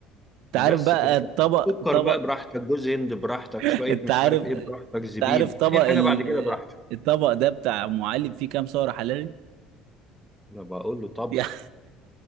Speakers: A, on the right; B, in the centre.
A: انت
B: بس
A: عارف بقى
B: كده
A: الطبق
B: سكر
A: طبق
B: بقى براحتك جوز هند براحتك
A: <laughs>
B: شويه
A: انت
B: مش
A: عارف
B: عارف ايه
A: انت
B: براحتك زبيب
A: عارف طبق
B: اي
A: ال...
B: حاجه بعد كده براحتك
A: الطبق ده بتاع ام علي فيه كام سعر حراري
B: انا بقول له طبخ
A: <laughs> يعني